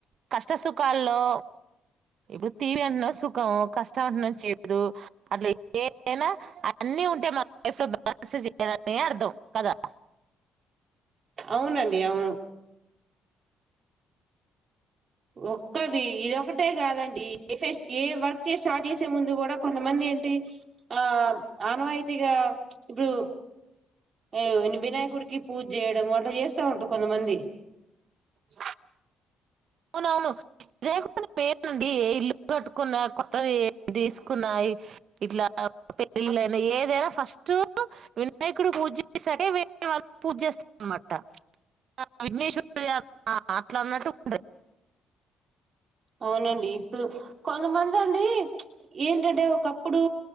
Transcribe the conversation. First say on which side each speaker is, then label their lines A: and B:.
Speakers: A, on the right (about 60°); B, on the right (about 45°).
A: కష్ట సుఖాల్లో ఇప్పుడు తీవీ అన్నా సుఖం కష్టం అన్నా చేదు. అట్లా ఏవైనా అన్నీ ఉంటే మన లైఫ్ లో బాలన్స్ చేయాలని అర్థం కదా.
B: అవునండి అవును. ఒక్కటి ఇదొ ఒక్కటే కాదండి ఏ ఫస్ట్ ఏ వర్క్ చేసి స్టార్ట్ చేసే ముందు కూడా కొంతమంది ఏంటి ఆ ఆనవాయితీగా ఇప్పుడు ఆ వినాయకుడికి పూజ చేయడం అట్లా చేస్తా ఉంట కొంతమంది
A: ఇ అవునవును దేనికైనా పేరు నుండి ఏ ఇల్లు కట్టుకున్నా కొత్తది ఏం తీసుకున్నా ఇట్లా పెళ్ళిళ్ళైనా ఏదైనా ఫస్ట్ వినాయకుడు పూజ చేసాకేే వేరే వాళ్ళకి పూజ చేస్తారన్నమాట. ఆ విఘ్నేశ్వ ఆ అట్లా అన్నట్టు <inaudible>
B: అవునండి ఇప్పుడు కొంతమంది అం ఏంటంటే ఒకప్పుడు